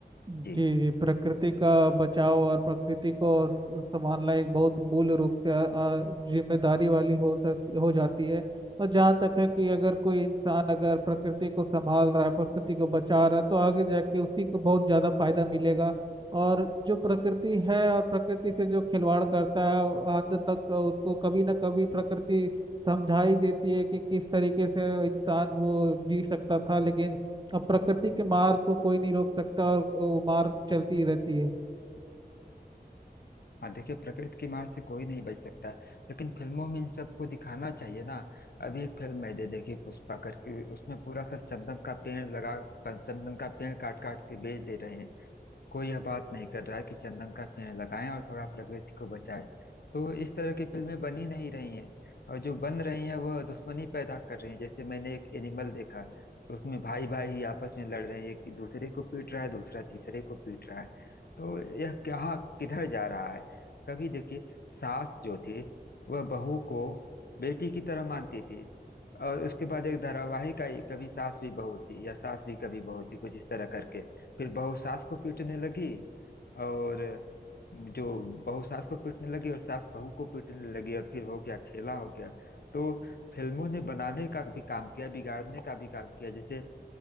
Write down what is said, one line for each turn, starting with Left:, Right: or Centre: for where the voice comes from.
Right: जी
Left: जी
Right: जी प्रकृति का बचाव और प्रकृति को संभालना एक बहुत मूल रूप से अ, अ, जिम्मेदारी वाली हो सकती हो जाती है और जहाँ तक है कि अगर कोई इंसान अगर प्रकृति को संभाल रहा है प्रकृति को बचा रहा है तो आगे जाके उसी को बहुत ज़्यादा फायदा मिलेगा और जो प्रकृति है और प्रकृति से जो खिलवाड़ करता है अंत तक उसको कभी ना कभी प्रकृति समझा ही देती है कि किस तरीके से इंसान वो जी सकता था लेकिन अब प्रकृति के मार को कोई नहीं रोक सकता और वो मार चलती ही रहती है
Left: हाँ देखिए प्रकृति की मार से कोई नहीं बच सकता लेकिन फिल्मों में इन सबको दिखाना चाहिए ना अभी एक फिल्म है दे देखिए पुष्पा करके उसमें पूरा सब चंदन का पेड़ लगा चंदन का पेड़ काट काट के बेच दे रहे हैं कोई यह बात नहीं कर रहा है कि चंदन का पेड़ लगाएं और थोड़ा प्रकृति को बचाएं तो इस तरह की फिल्में बन ही नहीं रही हैं और जो बन रही हैं वह दुश्मनी पैदा कर रही हैं जैसे मैंने एक एनिमल देखा तो उसमें भाई भाई ही आपस में लड़ रहे हैं एक दूसरे को पीट रहा है दूसरा तीसरे को पीट रहा है तो यह क्या किधर जा रहा है कभी देखिए सास जो थे वह बहू को बेटी की तरह मानते थे और उसके बाद एक धारावाहिक आई कभी सास भी बहू थी या सास भी कभी बहू थी कुछ इस तरह करके फिर बहू सास को पीटने लगी और जो बहू सास को पीटने लगी और सास बहू को पीटने लगी और फिर हो गया खेला हो गया तो फिल्मों ने बनाने का भी काम किया बिगाड़ने का भी काम किया जैसे